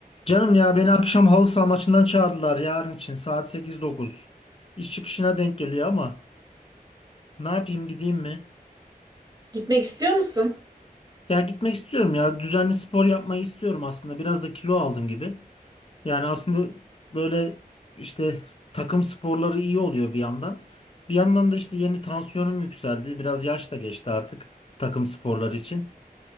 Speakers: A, on the left (about 40°); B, on the right (about 25°).
A: Canım ya beni akşam halı saha maçından çağırdılar yarın için saat sekiz dokuz İş çıkışına denk geliyor ama ne yapayım gideyim mi?
B: Gitmek istiyor musun?
A: Ya gitmek istiyorum ya düzenli spor yapmayı istiyorum aslında biraz da kilo aldım gibi. Yani aslında böyle işte takım sporları iyi oluyor bir yandan. Bir yandan da işte yeni tansiyonum yükseldi biraz yaş da geçti artık takım sporları için.